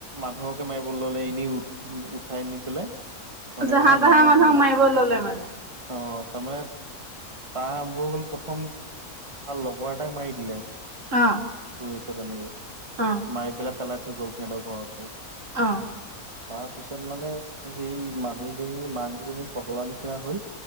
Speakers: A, on the right (about 20°); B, on the right (about 55°).
A: মানুহকে মাৰিবলৈ ল'লে এনেই উঠাই নি পেলাই মনে
B: জাহা
A: মনে
B: তাহা
A: মাৰি
B: মানুহক
A: দিয়ে।
B: মাৰিব ল'লে মানে।
A: অ তা মানে তাৰ আৰম্ভ হল প্ৰথম তাৰ লগৰ এটাক মাৰি দিলে।
B: অ।
A: পুলিছে তেনেকে
B: অ',
A: মাৰি পেলাই পেলাই থৈ গ'ল সিহঁতৰ ঘৰৰ ওচৰত।
B: অ।
A: তাৰ পিছত মানে সেই মানুহজনী মাক দুজনী পগলা নিচিনা হল।